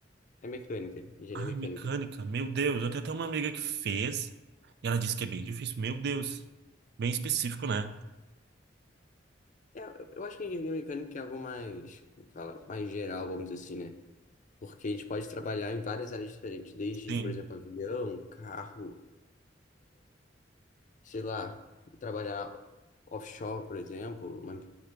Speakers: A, on the left (about 45°); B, on the right (about 60°).
A: é mecânica, engenharia
B: Ah,
A: mecânica.
B: mecânica, meu Deus. Eu tenho até uma amiga que fez e ela disse que é bem difícil. Meu Deus. Bem específico, né?
A: É, eu acho que engenharia mecânica é algo mais, como fala, mais geral, vamos dizer assim, né? Porque a gente pode trabalhar em várias áreas diferentes, desde,
B: Sim,
A: por exemplo, avião, carro, sei lá, trabalhar offshore, por exemplo, uma-